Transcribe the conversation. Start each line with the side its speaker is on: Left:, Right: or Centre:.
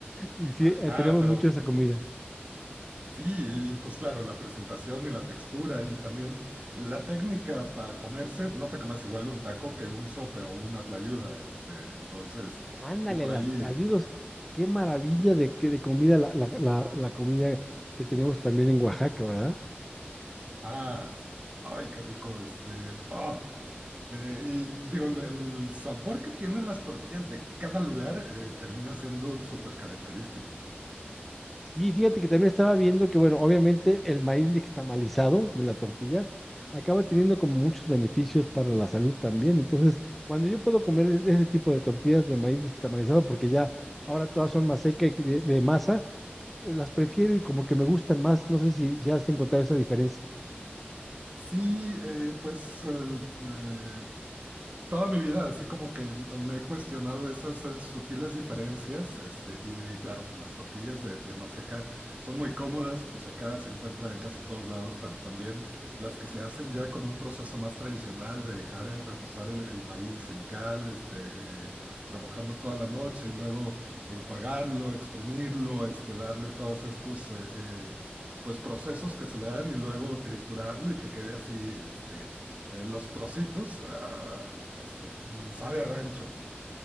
Centre: Y sí,
Right: ajá,
Centre: eh, tenemos
Right: pero
Centre: mucho esa comida.
Right: Sí, y pues claro, la presentación y la textura y también la técnica para comerse, no te comes igual un taco que un sope o una tlayuda, este, entonces,
Centre: Ándale,
Right: sí, por
Centre: las
Right: ahí,
Centre: tlayudos. Qué maravilla de, que- de comida la, la- la- la comida que tenemos también en Oaxaca, ¿verdad?
Right: ah, ay, qué rico, este, ah, eh, y digo, el el sabor que tienen las tortillas de cada lugar eh, termina siendo súper característico.
Centre: Sí, fíjate que también estaba viendo que, bueno, obviamente el maíz nixtamalizado de la tortilla acaba teniendo como muchos beneficios para la salud también. Entonces, cuando yo puedo comer es- ese tipo de tortillas de maíz nixtamalizado, porque ya ahora todas son más secas y que de, de masa, las prefiero y como que me gustan más. No sé si, si has encontrado esa diferencia.
Right: Sí, eh, pues eh, eh, Toda mi vida, así como que me he cuestionado esas eh, sutiles diferencias, este, y claro, pues las tortillas de, de maseca son muy cómodas, pues acá se encuentran en casi todos lados, pero también las que se hacen ya con un proceso más tradicional de dejar eh, reposar el, el maíz en cal, este, eh, remojando toda la noche y luego enjuagarlo, exprimirlo, este, darle todos estos, eh, eh, pues procesos que se le dan y luego triturarlo y que quede así, este eh, los trocitos, ah, pues eh, sabe a rancho.